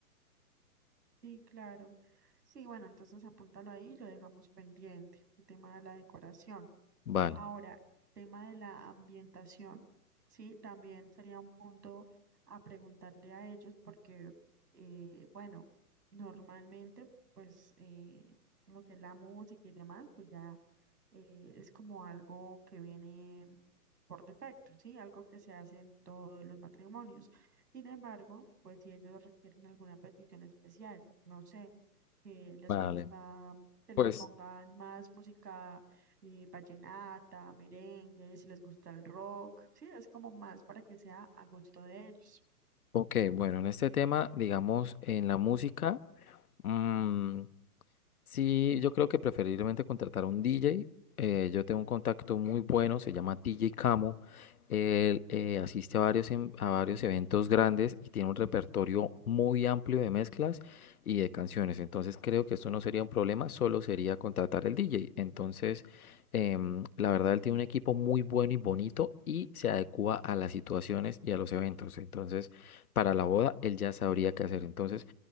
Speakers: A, on the right (about 90°); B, on the left (about 65°).
A: Sí, claro. Sí, bueno, entonces apúntalo ahí y lo dejamos pendiente, el tema de la decoración.
B: Vale,
A: Ahora, tema de la ambientación, sí, también sería un punto a preguntarle a ellos porque, eh, bueno, normalmente, pues, eh, lo que es la música y demás, pues ya eh, es como algo que viene por defecto, ¿sí? Algo que se hace en todos los matrimonios. Sin embargo, pues si ellos requieren alguna petición especial, no sé, que les
B: vale.
A: gusta que les
B: Pues,
A: pongan más música eh, vallenata, merengue, si les gusta el rock, sí, es como más para que sea a gusto de ellos.
B: ok, bueno, en este tema, digamos, en la música, mm, Sí, yo creo que preferiblemente contratar a un DJ. Eh, yo tengo un contacto muy bueno, se llama DJ Camo. Él eh, asiste a varios, en- a varios eventos grandes y tiene un repertorio muy amplio de mezclas y de canciones. Entonces creo que esto no sería un problema, solo sería contratar el DJ. Entonces, em, la verdad, él tiene un equipo muy bueno y bonito y se adecua a las situaciones y a los eventos. Entonces, para la boda, él ya sabría qué hacer. Entonces,